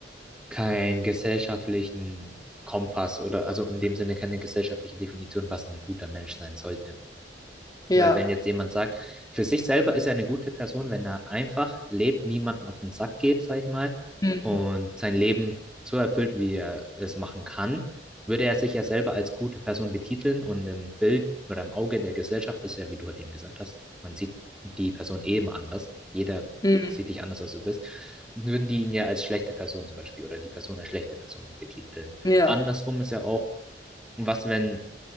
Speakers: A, in the centre; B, on the left (about 20°).
A: keinen gesellschaftlichen Kompass oder also in dem Sinne keine gesellschaftliche Definition, was ein guter Mensch sein sollte.
B: ja.
A: Weil wenn jetzt jemand sagt, für sich selber ist er eine gute Person, wenn er einfach lebt, niemanden auf den Sack geht, sag ich mal,
B: Mm,
A: und sein Leben so erfüllt, wie er es machen kann, würde er sich ja selber als gute Person betiteln und im Bild oder im Auge der Gesellschaft ist ja, wie du halt eben gesagt hast, man sieht die Person eben anders. Jeder
B: mm,
A: sieht dich anders, als du bist. Würden die ihn ja als schlechte Person zum Beispiel oder die Person als schlechte Person betiteln.
B: ja.
A: Andersrum ist ja auch, was, wenn